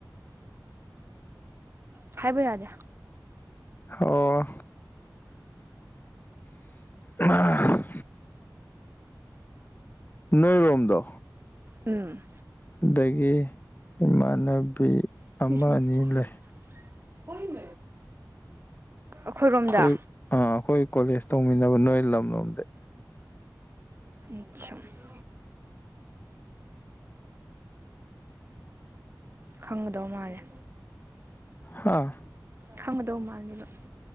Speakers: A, on the right (about 30°); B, on the left (about 25°).
A: ꯍꯥꯏꯕ ꯌꯥꯗꯦ
B: ꯑꯣ ꯑ <unintelligible> ꯅꯣꯏꯔꯣꯝꯗꯣ
A: ꯎꯝ
B: ꯑꯗꯒꯤ ꯏꯃꯥꯟꯅꯕꯤ
A: <unintelligible>
B: ꯑꯃ ꯑꯅꯤ ꯂꯩ
A: ꯑꯩꯈꯣꯏꯔꯣꯝꯗ
B: ꯑꯩꯈꯣꯏ ꯑꯥ ꯑꯩꯈꯣꯏ ꯀꯣꯂꯦꯖ ꯇꯧꯃꯤꯟꯅꯕ ꯅꯣꯏ ꯂꯝꯂꯣꯝꯗꯩꯩ
A: ꯅꯤꯡꯁꯡꯉꯨ ꯈꯪꯒꯗꯧ ꯃꯥꯜꯂꯦ
B: ꯍꯥꯥ
A: ꯈꯪꯒꯗꯧ ꯃꯥꯜꯂꯦꯕ